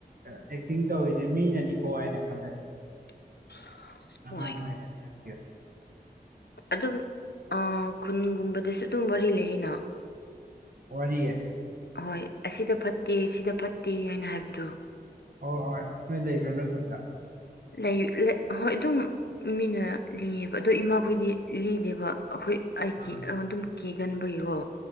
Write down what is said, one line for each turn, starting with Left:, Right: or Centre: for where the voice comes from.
Right: ꯑꯦꯛꯇꯤꯡ ꯇꯧꯔꯤꯁꯦ ꯃꯤꯅꯅꯤꯀꯣ ꯍꯥꯏꯅ ꯈꯜꯂꯦꯕ
Left: <unintelligible>
Right: ꯑꯉꯗꯤ
Left: ꯍꯣꯏ
Right: ꯌꯥꯝ
Left: ꯑꯗꯨꯝ ꯈꯨꯟꯒꯨꯝꯕꯗꯁꯨ ꯑꯗꯨꯝ ꯋꯥꯔꯤ ꯂꯩꯌꯦꯅ
Right: ꯋꯥꯔꯤꯦ
Left: ꯍꯣꯏ ꯑꯁꯤꯗ ꯐꯠꯇꯦ ꯑꯁꯤꯗ ꯐꯠꯇꯦ ꯍꯥꯏꯅ ꯍꯥꯏꯕꯗꯣ
Right: ꯍꯣꯏ ꯍꯣꯏ ꯅꯣꯏ ꯂꯩꯕ꯭ꯔꯥ ꯅꯣꯏ ꯈꯨꯟꯗ
Left: ꯂꯩ ꯍꯣꯏ ꯑꯗꯨꯝ ꯃꯤꯅ ꯂꯤꯌꯦꯕ ꯑꯣ ꯏꯃꯥꯈꯣꯏꯗꯤ ꯂꯤꯗꯦꯕ ꯑꯩꯈꯣꯏ ꯑꯩ
Right: ꯑꯥ
Left: ꯑꯗꯨꯝ ꯀꯤꯒꯟꯕꯒꯤꯀꯣ